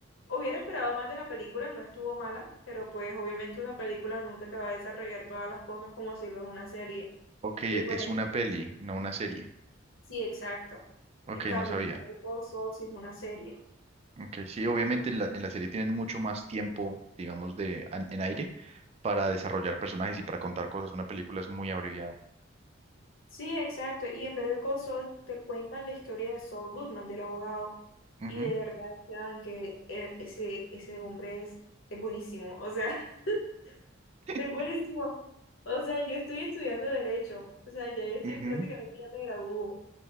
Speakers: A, on the left; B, on the right.
A: hubiera esperado más de la película, no estuvo mala, pero pues obviamente una película nunca te va a desarrollar todas las cosas como si lo es una serie.
B: Ok, es
A: Y pues
B: una peli, no una serie.
A: sí, exacto.
B: Ok,
A: En cambio,
B: no sabía.
A: Better Call Saul sí es una serie.
B: Ok, sí, obviamente en la, en la serie tienen mucho más tiempo, digamos, de, an- en, aire para desarrollar personajes y para contar cosas. Una película es muy abreviada.
A: Sí, exacto. Y en Better Call Saul te cuentan la historia de Saul Goodman, del abogado.
B: Ujú,
A: Y de verdad, Esteban, que e- ese, ese hombre es, es buenísimo. O sea, <laughs>
B: <laughs>
A: es buenísimo. O sea, yo estoy estudiando Derecho. O sea, ya yo estoy
B: ujú,
A: prácticamente ya me gradúo.